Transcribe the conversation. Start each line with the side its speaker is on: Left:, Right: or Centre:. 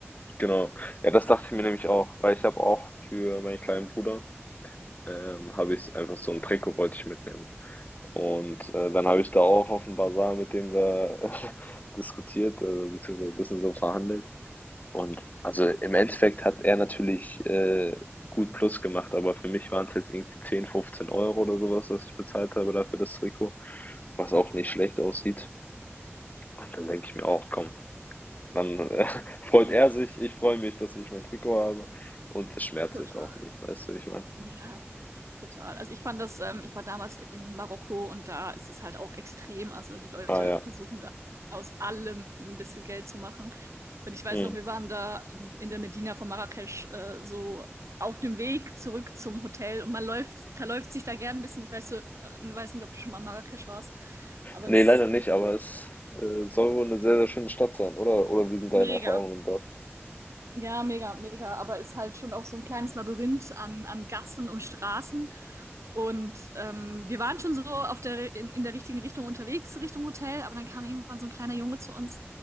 Left: genau. Ja, das dachte ich mir nämlich auch, weil ich habe auch für meinen kleinen Bruder, ähm, habe ich einfach so ein Trikot wollte ich mitnehmen. Und äh, dann habe ich da auch auf dem Basar mit dem da <laughs> diskutiert, äh, beziehungsweise ein bisschen so verhandelt. Und also im Endeffekt hat er natürlich äh, gut Plus gemacht, aber für mich waren es jetzt irgendwie 10 15 Euro oder sowas, was ich bezahlt habe dafür das Trikot, was auch nicht
Right: Ja,
Left: schlecht aussieht. Und dann denke ich mir auch, komm, dann äh, <laughs> freut er sich, ich freue mich, dass ich mein Trikot habe und es schmerzt
Right: total.
Left: jetzt auch nicht, weißt du, wie ich meine?
Right: Ja, total. Also ich fand das, ähm, ich war damals in Marokko und da ist es halt auch extrem. Also die Leute
Left: Ah ja.
Right: versuchen da aus allem ein bisschen Geld zu machen. Und ich weiß
Left: Mhm.
Right: noch, wir waren da ähm, in der Medina von Marrakesch äh, so auf dem Weg zurück zum Hotel und man läuft, verläuft sich da gern ein bisschen. Ich weiß so, äh, weiß nicht, ob du schon mal in Marrakesch warst, aber
Left: Ne,
Right: es ist
Left: leider
Right: so
Left: nicht, aber es, äh, soll wohl eine sehr, sehr schöne Stadt sein, oder? Oder wie sind deine
Right: mega.
Left: Erfahrungen dort?
Right: Ja, mega, mega. Aber ist halt schon auch so ein kleines Labyrinth an, an Gassen und Straßen. Und ähm, wir waren schon so auf der, in, in der richtigen Richtung unterwegs, Richtung Hotel. Aber dann kam irgendwann so ein kleiner Junge zu uns